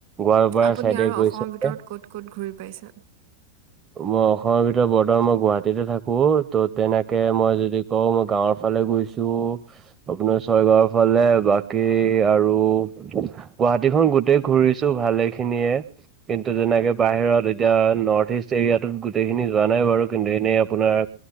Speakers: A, on the right (about 20°); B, on the right (about 50°).
A: গোৱালপাৰা
B: আপুনি
A: চাইডে
B: আৰু অসমৰ
A: গৈছে নে?
B: ভিতৰত ক'ত ক'ত ঘূৰি পাইছে?
A: মই অসমৰ ভিতৰত বৰতমান মই গুৱাহাটীতে থাকো ত' তেনেকে মই যদি- কওঁ, মই গাঁৱৰ ফালে ঘুৰিছো- আপোনাৰ ছয়গাঁৱৰ ফালে বাকী আৰু গুৱাহাটীখন গোটেই ঘুৰিছো। ভালে খিনিয়ে কিন্তু যেনেকৈ বাহিৰত এতিয়া নৰ্থ ইষ্ট এৰিয়াটোত গোটেইখিনি যোৱা নাই বাৰু কিন্তু এনেই আপোনাৰ